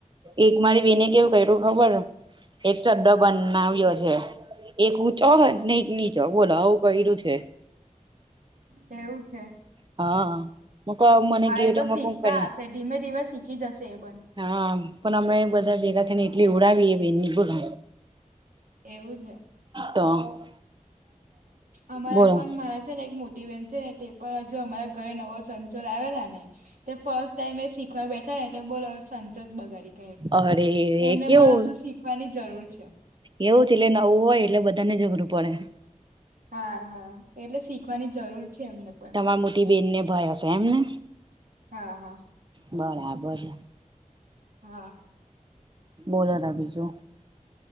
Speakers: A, on the right; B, on the right.
A: એક મારી બેને કેવું કર્યું ખબર? એક ચડ બનાવ્યો છે. એક હું ચો ન ની ચ બોલો આવું કર્યું છે. <unintelligible>
B: એવું છે?
A: હા. <unintelligible>
B: હા, એ તો
A: મ
B: શીખતા
A: ક કરી
B: હશે, ધીમે-ધીમે શીખી જશે એ પણ
A: હા, પણ અમે બધા ભેગા થઈને એટલી ઉડાવીએ બેન, નીકોલ
B: એવું છે?
A: તો
B: અમારા
A: બોલો
B: પણ મારા એક મોટીવેેશ છેન ને, તે પણ હજુ અમારા ઘરે નવો સચોલ આવેલા ને. તે ફર્સ્ટ ટાાઈમ એ, શીખવા બેઠા ને, એ બોલો સંસસ બગારી
A: અરે
B: એમને
A: કેવું
B: પણ હજુ શીખવાની જરૂર છે.
A: એવું છે, એટલે નવું હોય, એટલે બધાને જઝઘરું પડે.
B: હા, એટલે જરૂર છે એમને. પણ.
A: તમારા મોટી બેનને ભય હશે, એમને.
B: હા હા.
A: બરાબર છે.
B: હા.
A: બોલોરા બીજું